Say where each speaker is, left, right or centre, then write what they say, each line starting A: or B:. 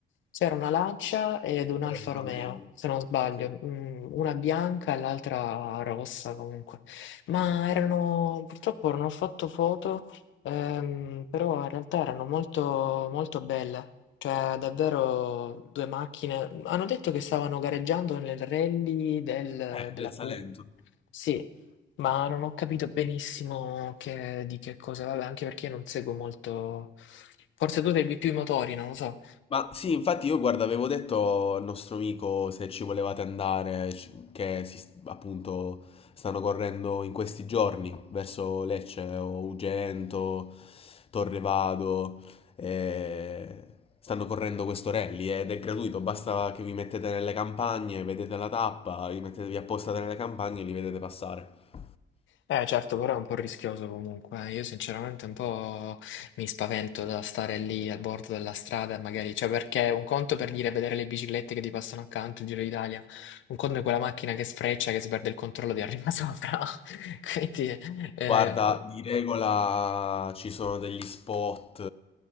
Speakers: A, on the left; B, on the left.
A: c'era una Lancia ed un Alfa
B: era Alfa
A: Romeo,
B: Romeo.
A: se non sbaglio,
B: Sì.
A: mm, una bianca e l'altra rossa comunque. Ma erano, purtroppo non ho fatto foto, ehm, però in realtà erano molto, molto belle. Cioè, davvero due macchine. Hanno detto che stavano gareggiando nel rally del-
B: Eh,
A: della
B: del
A: Pu.
B: Salento.
A: Sì, ma non ho capito benissimo che- di che cosa. Vabbè, anche perché io non seguo molto. Forse tu segui più i motori, non lo so.
B: Ma sì, infatti io guarda, avevo detto al nostro amico se ci volevate andare, ci- che si- appunto stanno correndo in questi giorni verso Lecce o Ugento, Torrevado, eh, stanno correndo quest'Orelli ed è gratuito, basta che vi mettete nelle campagne, vedete la tappa, vi mettetevi apposta nelle campagne e li vedete passare.
A: Eh certo, però è un po' rischioso comunque. eh. Io sinceramente un po' mi spavento da stare lì al bordo della strada, magari, cioè perché un conto per dire vedere le biciclette che ti passano accanto, il Giro d'Italia, un conto è quella macchina che sfreccia, che si perde il controllo di arriva sopra. <laughs> Quindi, eh,
B: Guarda, di regola ci sono degli spot